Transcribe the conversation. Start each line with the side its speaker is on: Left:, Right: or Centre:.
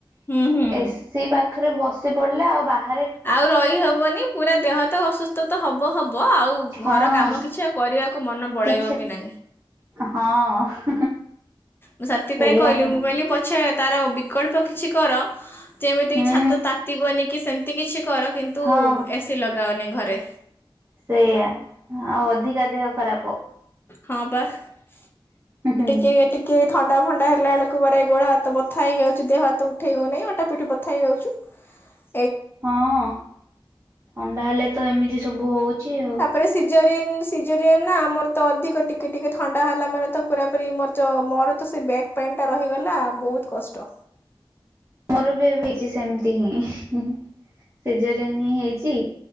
Left: ହୁଁ ହୁଁ।
Right: ଏସିି ପାଖରେ ବସି ପଡ଼ିଲେ ଆଉ ବାହା
Left: ଆଉ ରହି ହବନି ପୁରା ଦେହ ତ ଅସୁସ୍ ତ ତ ହବ ହବ ଆଉ
Right: ହଁ
Left: ଘର କାମ କିଛି ଆଉ କରିବାକୁ ମନ ବଳେଇବ
Right: କିଛି
Left: ବି ନାହିଁ।
Right: ହଁ।
Left: ମୁଁ ସେଥି
Right: ସେଇଆ
Left: ପାଇଁ କହିଲି
Right: ହିଁ
Left: ମୁଁ କହିଲି ପଛେ ତାର ବିକଳ୍ପ କିଛି କର। ଯେମିତିକି
Right: ହୁଁ
Left: ଛାତ ତାତିିବନି କି ସେମିତି କିଛି କର କିନ୍ତୁ
Right: ହଁ
Left: ଏ ସି ଲଗାଅନି ଘରେ।
Right: ସେଇୟା ଆଉ ଅଧିକା ଦେହ ଖରାପ।
Left: ହଁ ପା ଏ
Right: ହୁଁ ହୁଁ
Left: ଟିକେ ଟି ଟିକିଏ ଥଣ୍ଡା ଫଣ୍ଡା ହେଲା ଏଳକୁ ପରା ଗୋଡ଼ ହାତ ବଥା ହେଇଯାଉଛି ଦେହ ହାତ ଉଠେଇ ହଉନେଇଁ ଅଣ୍ଟା ପିଠି ବଥା ହେଇଯାଉଛି। <inaudible> ହ
Right: ହଁ ଥଣ୍ଡା ହେଲେ ତ ଏମିତି ସବୁ ହୋଉଛି ଆଉ।
Left: ପରେ ସିଜରିନ୍ ସିଜରିଆନ୍ ନାଁ ଆମର ତ ଅଧିକ ଟିକେ ଟିକେ ଥଣ୍ଡା ହେଲା ମାନେ ତ ପୁରାପୁରି ମୋର ମୋର ତ ସେଇ ବ୍ୟାକ୍ ପେନଟା ରହିଗଲା ବହୁତ କଷ୍ଟ।
Right: ମୋର ବି ଏବେ ହେଇଛି ସେମିତି ହିଁ ସିଜରିଆନ୍ ହିଁ ହେଇଛି।